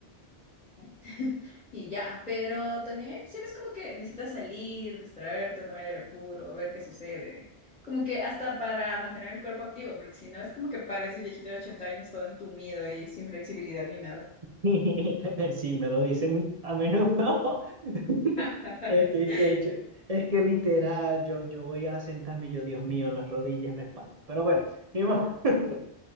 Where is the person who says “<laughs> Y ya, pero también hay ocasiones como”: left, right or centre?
Left